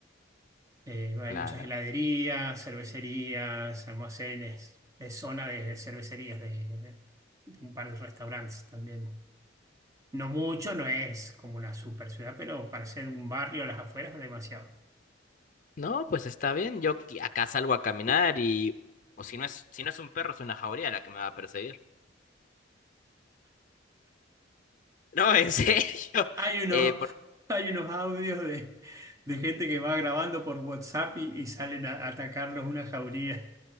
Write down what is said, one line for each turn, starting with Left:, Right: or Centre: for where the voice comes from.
Right: Eh, hay
Left: claro.
Right: muchas heladerías, cervecerías, almacenes, es zona de cervecerías, de, de un par de restaurantes también. No mucho, no es como una super ciudad, pero para ser un barrio a las afueras, demasiado.
Left: No, pues está bien. Yo qui- acá salgo a caminar y... O si no es, si no es un perro, es una jauría la que me va a perseguir. <laughs> No, en serio. <laughs>
Right: Hay unos,
Left: Eh, por-
Right: hay unos audios de, de gente que va grabando por WhatsApp y, y salen a atacarlos una jauría.